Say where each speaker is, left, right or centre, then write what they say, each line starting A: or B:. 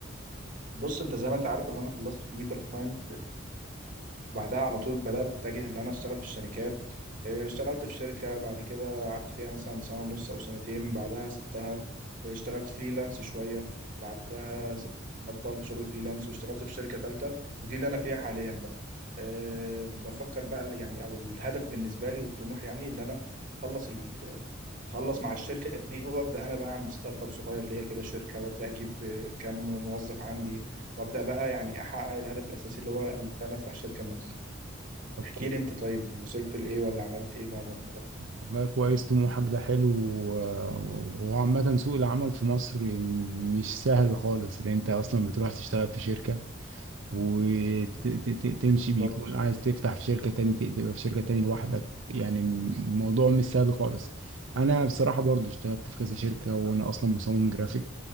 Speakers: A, on the right; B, on the right.
A: بص انت زي ما انت عارف اللي انا خلصت كمبيوتر ساينس بعدها على طول بدأت أتجه إن أنا أشتغل في الشركات إيه، اشتغلت في شركة بعد كده قعدت فيها مثلا سنة ونص أو سنتين بعدها سبتها واشتغلت فريلانس شوية بعدها سبت بطلت شغل فريلانس واشتغلت في شركة تالتة ودي اللي أنا فيها حاليا بقى أه بفكر بقى يعني أو الهدف بالنسبة لي والطموح يعني اللي أنا أخلص ال- أخلص مع الشركة دي وأبدأ أنا بقى أعمل ستارت أب صغير ليا كده شركة وأبدأ أجيب آه، كام موظف عندي وأبدأ بقى يعني أحقق الهدف الأساسي اللي هو إن أنا أفتح شركة لنفسي
B: طب
A: احكي
B: كو...
A: لي انت طيب وصلت لايه ولا عملت ايه بعد ما اتخرجت
B: والله كويس طموحك ده حلو و... وعامة سوق العمل في مصر م- مش سهل خالص لأن أنت أصلا بتروح تشتغل في شركة وتمشي
A: بالظبط
B: بيكون عايز تفتح في شركة تاني تبقى في شركة تاني لوحدك يعني الموضوع مش سهل خالص انا بصراحة برضو اشتغلت في كذا شركة وانا اصلا مصمم جرافيك